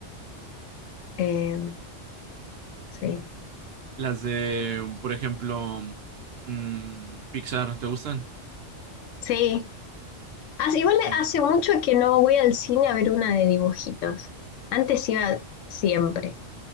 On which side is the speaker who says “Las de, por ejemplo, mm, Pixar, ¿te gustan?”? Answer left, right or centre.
Right